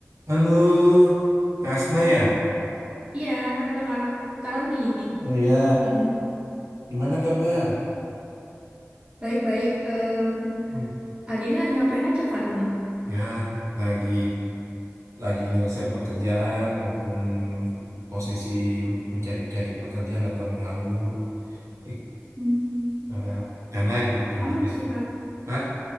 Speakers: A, on the right; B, on the right.
A: Halo, Kasna ya?
B: Iya, halo Kak Ra- Kak Roni.
A: Iya,
B: Mm-mm.
A: gimana kabar?
B: Baik-baik. em,
A: Hmm.
B: hari ini lagi ngapain aja Kak Roni?
A: Ya, lagi lagi nyelesain pekerjaan walaupun posisi mencari-cari pekerjaan atau menganggur. Ik-
B: Hmm.
A: Karena karena ikut pendidikan.
B: Sama sih Kak.
A: Hah?